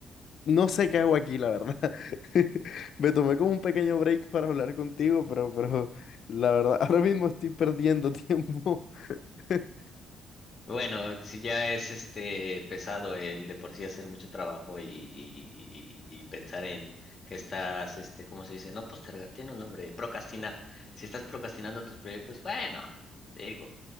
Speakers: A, on the left; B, on the left.
A: no sé qué hago aquí, la verdad. <laughs> Me tomé como un pequeño break para hablar contigo, pero, pero la verdad, <laughs> ahora mismo estoy perdiendo tiempo. <laughs>
B: Bueno, si ya es este pesado el de por sí hacer mucho trabajo y, y- y pensar en que estás, este, ¿cómo se dice? No postergar, tiene un nombre, procrastinar. Si estás procrastinando tus proyectos, bueno, digo,